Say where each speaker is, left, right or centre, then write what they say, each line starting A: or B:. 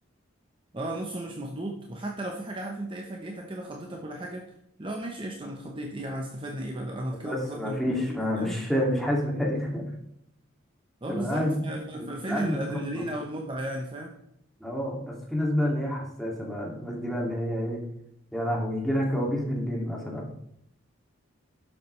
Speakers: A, on the right; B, in the centre.
A: اه نصه مش مخضوض وحتى لو في حاجه عارف انت ايه فاجئتك كده خضتك ولا حاجه لا ماشي قشطه انا اتخضيت ايه يعني استفدنا ايه بقى انا كده
B: بس
A: اتبسطت
B: ما
A: المفروض
B: فيش
A: اتبسط
B: ما مش
A: يعني
B: مش حاسس بحاجه <laughs>
A: اه
B: تبقى
A: بالظبط
B: قاعد
A: ف- ف-
B: بتبقى
A: ففين
B: قاعد
A: الادرينالين
B: متقدر
A: او المتعه يعني فاهم
B: اه بس في ناس بقى اللي هي حساسه بقى الناس دي بقى اللي هي ايه يا لهوي يجي لها كوابيس بالليل مثلا